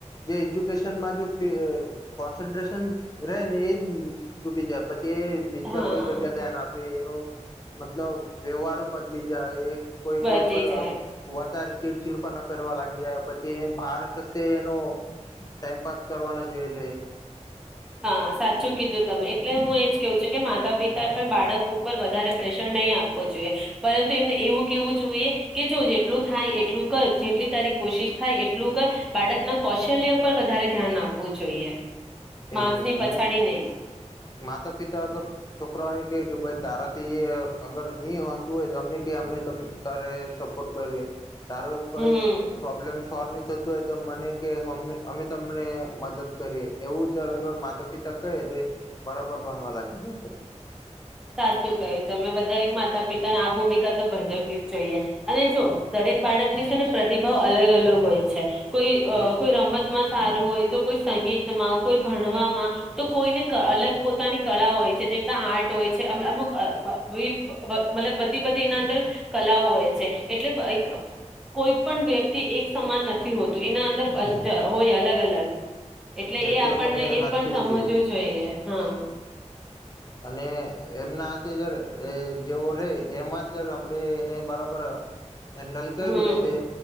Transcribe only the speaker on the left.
જે એજ્યુકેશનમાં જો કોન્સન્ટ્રેશન રહે ને એજ તૂટી જાય પછી કે બીજા
કોઈ જગ્યા દે ના આપ એનું મતલબ વ્યવહાર બદલી જાય એ કોઈ
કોઈ પર
વધારે ચીડચીડ. કરવા લાગી પછી બહાર કશે એનો ટાઈમપાસ કરવાનું જોઈ લે.
એ જ નહી
હવે
માતા-પિતા અગર. છોકરાઓને કે કે ભાઈ તારાથી અગર નહી હોતું હોય તો અમને કે અમે તારે સપોર્ટ કરીએ. ત કઈ
પ્રોબ્લેમ. સોલ્વ નહીં થતું હોય તો મને કે હમે અમે તમને મદદ કરીએ. એવું જરા ઘર માતા-પિતા કહે તો બરાબર બનવા લાગી જાય પછી.
હમ
તો
તમે
હાથથી
જ કીધું
અને એમના હાથે જ એ જેવો રે એમાં જ આપણેે એને બરાબર હેન્ડલ કર્યું
ને તે